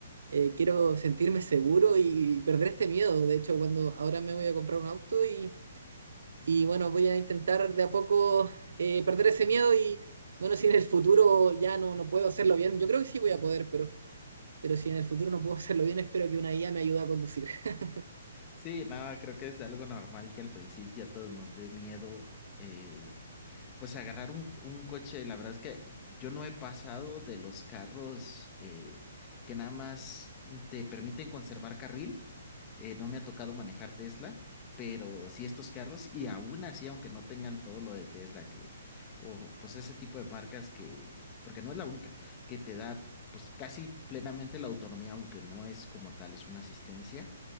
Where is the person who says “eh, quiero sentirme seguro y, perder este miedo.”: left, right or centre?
Right